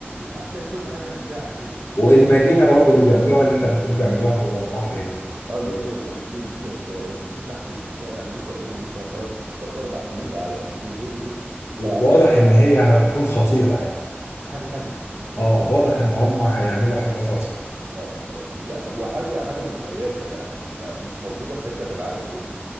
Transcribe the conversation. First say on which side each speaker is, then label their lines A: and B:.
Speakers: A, on the right; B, on the left.
A: هتلاقي كل حاجة متاحة فيها
B: والمدينة برضو اللي بيعملوها اللي انت بتقول بيعملوها جوه البحر دي
A: اه المدينة
B: آه،
A: اللي في ابو قير ديت آه، بس دي تحت الانشاء يعني لسه قدامهم مثلا ثلاث ثلاث اربع سنين على ما تكون جهزت فهتبقى
B: واضح ان هي هتكون خطيرة يعني
A: هتبقى حاجة تانية هتبقى
B: اه
A: حاجة
B: واضح ان هم هيعملوا حاجة خطيرة
A: لا لا هو حاجة حاجة مميزة يعني مش ع- مش موجودة في حتة في العالم كله